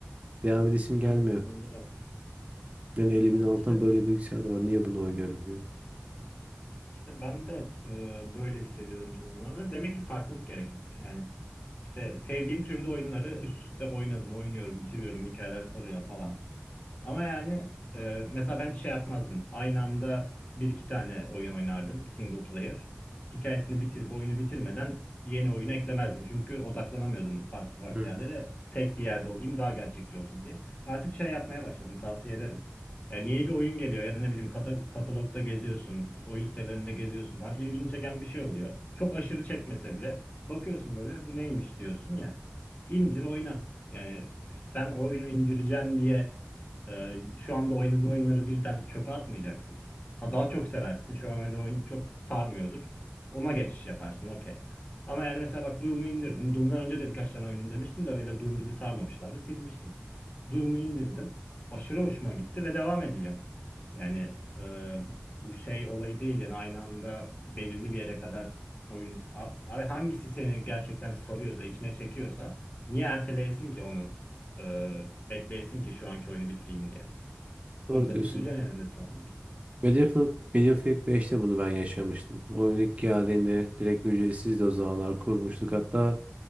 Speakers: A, on the right (about 30°); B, on the left (about 35°).
A: Devam edesim gelmiyor.
B: Aynen o bende de var.
A: Yani elimin altında
B: İşte
A: böyle bilgisayar var. Niye bunu oynuyorum diyorum.
B: İşte ben de e, böyle hissediyordum son zamanlarda. Demek ki farklılık gerekmiş. Yani işte sevdiğim türde oyunları üst üste oynadım, oynuyorum, bitiriyorum, hikayeler sarıyor falan. Ama yani e, mesela ben hiç şey yapmazdım. Aynı anda bir iki tane oyun oynardım single player. Hikayesini bitirip oyunu bitirmeden yeni oyunu eklemezdim. Çünkü odaklanamıyordum farklı farklı
A: Hı hı.
B: yerlere. Tek bir yerde olayım daha gerçekçi olsun diye. Artık şey yapmaya başladım tavsiye ederim. Yani yeni bir oyun geliyor ya da ne bileyim kata- katalogda geziyorsun, oyun sitelerinde geziyorsun falan ilgini çeken bir şey oluyor. Çok aşırı çekmese bile bakıyorsun böyle bu neymiş diyorsun ya. İndir oyna. Yani sen o oyunu indireceksin diye ee, şu anda oynadığın oyunları birden çöpe atmayacaksın. Ha, daha çok seversin. Şu an öyle oyun çok sarmıyordur. Ona geçiş yaparsın. Okey. Ama yani mesela bak Doom'u indirdim. Doom'dan önce de birkaç tane oyun indirmiştim de öyle Doom gibi sarmamışlardı. Silmiştim. Doom'u indirdim. Aşırı hoşuma gitti ve devam edeceğim. Yani e, bu şey olayı değil yani aynı anda belirli bir yere kadar oyun... Abi hangisi seni gerçekten sarıyorsa, içine çekiyorsa niye erteleyesin ki onu? e, bekleyesin ki şu anki oyunu bitireyim diye. Onu
A: Doğru
B: da
A: diyorsun.
B: bitireceksin eninde sonunda.
A: Battlefield, Battlefield beşte bunu ben yaşamıştım. Oyun ilk geldiğinde direkt ücretsizdi o zamanlar kurmuştuk. Hatta